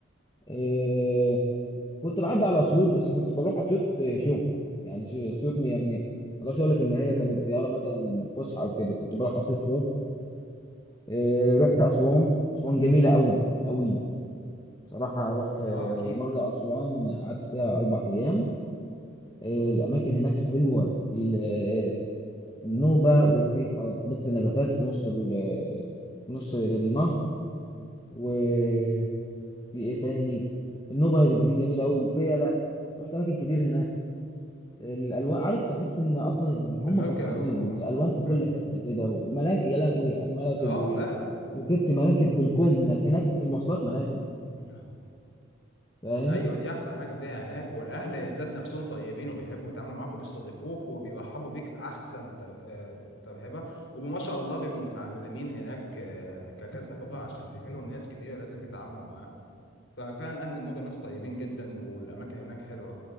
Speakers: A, on the left (about 20°); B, on the left (about 60°).
A: آه، كنت بعدي على اسيوط بس كنت بروح اسيوط آه، شغل يعني شي- اسيوط يعني ما اقدرش اقول لك ان هي كانت زياره مثلا فسحه او كده كنت بروح اسيوط شغل آه، رحت اسوان اسوان جميله قوي قوي بصراحه رحت آه،
B: اه اكيد
A: مره اسوان قعدت فيها اربع
B: مم.
A: ايام آه، الاماكن هناك حلوه ال- آه، النوبه وفي ح- حديقه النباتات في نص ال- آه، في نص النهر وفي ايه تاني النوبه دي جميله قوي وفيله رحت اماكن كتير هناك الالوان عارف تحس ان اصلا إن
B: والمركب
A: هم فرحانين
B: و...
A: الالوان في كل
B: مم.
A: حته كده وملاك يا لهوي على الملاكب
B: اه
A: وال...
B: فعلا
A: جبت ملاكب بالكوم هناك هناك المواصلات ملاكب
B: <laughs>
A: فاهم
B: ايوه دي احسن حاجه فيها هناك والاهل ذات نفسهم طيبين وبيحبوا يتعاملوا معاك وبيستضيفوك وبيرحبوا بيك احسن تر- ترحيبه وما شاء الله بيبقوا متعلمين هناك آه، ككذا لغه عشان بيجي لهم ناس كتير لازم يتعاملوا معاها ففعلا اهل النوبه ناس طيبين جدا والاماكن هناك حلوه